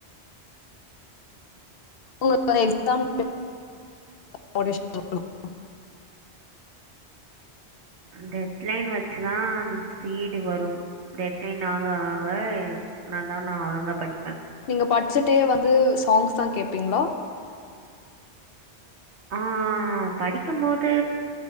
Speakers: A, on the left (about 60°); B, on the right (about 75°).
A: உங்களுக்கு எக்ஸாம் <inaudible>
B: டெட்லைன் வச்சுதா ஸ்பீடு வரு டெட்லைன் ஆக ஆக நா தா நா ஒழுங்கா படிப்பே
A: நீங்க படிச்சுட்டே வந்து சாங்ஸ் தா கேப்பீங்களா?
B: ஆஹ் படிக்கும் போது